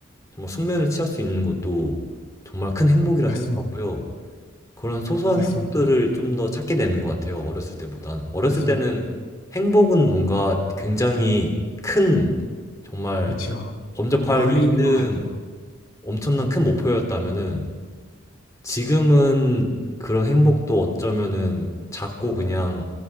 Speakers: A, on the left (about 15°); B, on the left (about 65°).
A: 정말 숙면을 취할 수 있는 것도 정말 큰 행복이라
B: 맞습니다.
A: 생각하고요. 그런 소소한
B: 맞습니다.
A: 행복들을 좀 더 찾게 되는 것 같아요. 어렸을 때보단. 어렸을
B: 맞습니다.
A: 때는 행복은 뭔가 굉장히 큰 정말
B: 그렇죠.
A: 범접하기
B: 멀리
A: 힘든
B: 있는 것 같죠.
A: 엄청난 큰 목표였다면은 지금은 그런 행복도 어쩌면은 작고 그냥